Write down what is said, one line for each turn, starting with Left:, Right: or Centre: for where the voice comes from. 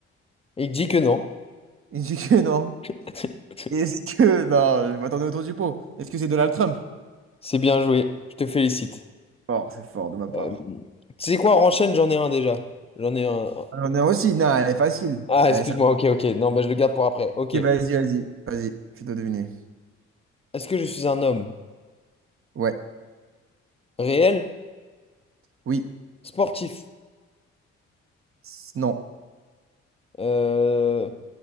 Left: il dit que non.
Right: Est-ce que <laughs> non?
Left: <laughs>
Right: Est-ce que. Non, je m'attendais autour du pot. Est-ce que c'est Donald Trump?
Left: C'est bien joué, je te félicite.
Right: Fort, c'est fort de ma part.
Left: Euh, tu sais quoi, enchaîne, j'en ai un déjà. J'en ai un.
Right: On est aussi. Non, elle est facile.
Left: Ah,
Right: Allez,
Left: excuse-moi,
Right: ça-
Left: ok, ok. Non, bah, je le garde pour après. Ok.
Right: Ok,
Left: Est-ce
Right: vas-y, vas-y. Vas-y, tu dois deviner.
Left: que je suis un homme
Right: Ouais,
Left: réel,
Right: oui,
Left: sportif,
Right: S- non.
Left: euh,